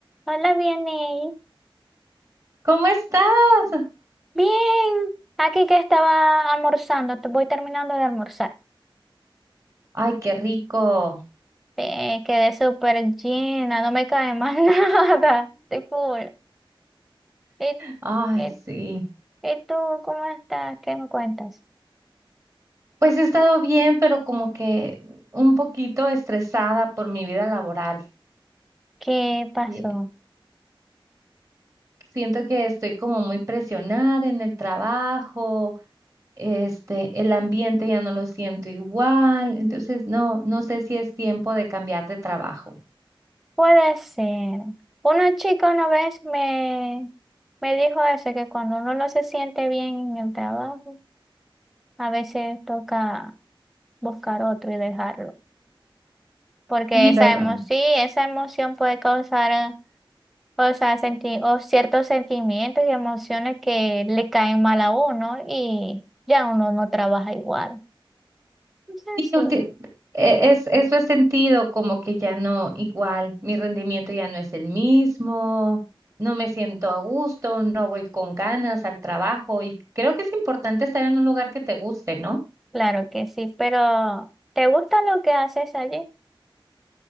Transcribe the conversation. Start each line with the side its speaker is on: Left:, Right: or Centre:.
Centre: Hola, bien, Ney.
Right: ¿Cómo estás?
Centre: Bien, aquí que estaba almorzando, te voy terminando de almorzar.
Right: Ay, qué rico.
Centre: Eh, quedé súper llena, no me cae más <laughs> nada, estoy full. ¿Y,
Right: Ay,
Centre: y-
Right: sí.
Centre: y tú cómo estás? ¿Qué me cuentas?
Right: Pues he estado bien, pero como que un poquito estresada por mi vida laboral.
Centre: ¿Qué pasó?
Right: Y Siento que estoy como muy presionada en el trabajo, este, el ambiente ya no lo siento igual, entonces no, no sé si es tiempo de cambiar de trabajo.
Centre: Puede ser. Una chica una vez me, me dijo eso, que cuando uno no se siente bien en el trabajo, a veces toca buscar otro y dejarlo. Porque
Right: Sí,
Centre: esa
Right: ¿verdad?
Centre: emoción, sí, esa emoción puede causar... eh, O sea, senti- o ciertos sentimientos y emociones que le caen mal a uno y ya uno no trabaja igual. Entonces,
Right: Sí,
Centre: sí,
Right: ulti- e- es, eso he sentido como que ya no, igual, mi rendimiento ya no es el mismo, no me siento a gusto, no voy con ganas al trabajo y creo que es importante estar en un lugar que te guste, ¿no?
Centre: claro que sí, pero ¿te gusta lo que haces allí?